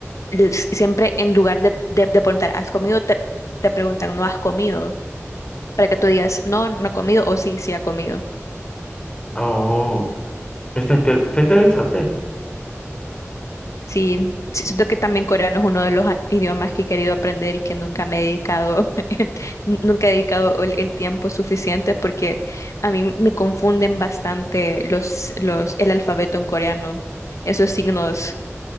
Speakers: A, on the left; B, on the left.
A: l- siempre en lugar de, de, de preguntar, ¿has comido? Te, te preguntan, ¿no has comido? Para que tú digas, no, no he comido o sí, sí ha comido.
B: Oh, está, inter- está interesante.
A: Sí, sí, siento que también coreano es uno de los a- idiomas que he querido aprender y que nunca me he dedicado, <laughs> el- n- nunca he dedicado el, el tiempo suficiente porque a mí me confunden bastante los, los, el alfabeto en coreano. Esos signos